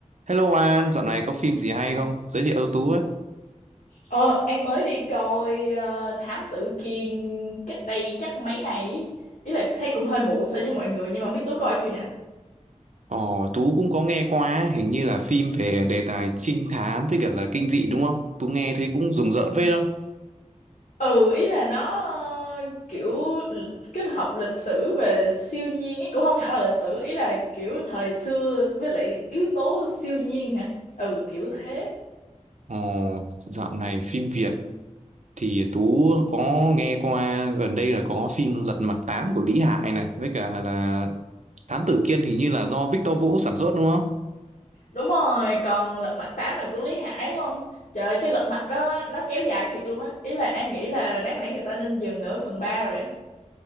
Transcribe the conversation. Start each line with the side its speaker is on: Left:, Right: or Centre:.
Right: Hello An, dạo này có phim gì hay không? Giới thiệu cho Tú với.
Left: Ờ, An mới đi coi ờ, Thám Tử Kiên cách đây chắc mấy ngày ý. Ý là thấy cũng hơi muộn so với mọi người nhưng mà biết Tú coi chưa nhỉ?
Right: Ồ, Tú cũng có nghe qua, hình như là phim về đề tài trinh thám với cả là kinh dị đúng không? Tú nghe thấy cũng rùng rợn phết không?
Left: Ừ, ý là nó ờ, kiểu l- kết hợp lịch sử về siêu nhiên ấy, cũng không hẳn là lịch sử, ý là kiểu thời xưa với lại yếu tố siêu nhiên hả? Ừ, kiểu thế.
Right: Ồ, dạo này phim Việt thì Tú có nghe qua gần đây là có phim Lật Mặt Tám của Lý Hải này với cả là Thám Tử Kiên hình như là do Victor Vũ sản xuất đúng không?
Left: Đúng rồi, còn Lật Mặt tám là của Lý Hải đúng không? Trời ơi, cái Lật Mặt đó nó kéo dài thiệt luôn á. Ý là An nghĩ là đáng lẽ người ta nên dừng ở phần 3 rồi ấy.